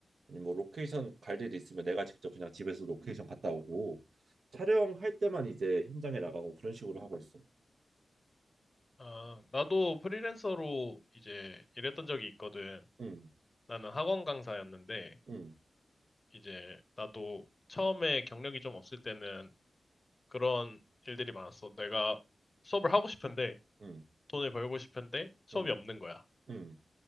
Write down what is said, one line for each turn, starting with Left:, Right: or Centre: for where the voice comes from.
Right: 아니면 뭐 로케이션 갈 일이 있으면 내가 직접 그냥 집에서 로케이션 갔다 오고 촬영할 때만 이제 현장에 나가고 그런 식으로 하고 있어.
Left: 아, 나도 프리랜서로 이제 일했던 적이 있거든.
Right: 음,
Left: 나는 학원 강사였는데
Right: 음,
Left: 이제 나도 처음에 경력이 좀 없을 때는 그런 일들이 많았어. 내가 수업을 하고 싶은데
Right: 음,
Left: 돈을 벌고 싶은데 수업이
Right: 음,
Left: 없는 거야.
Right: 음,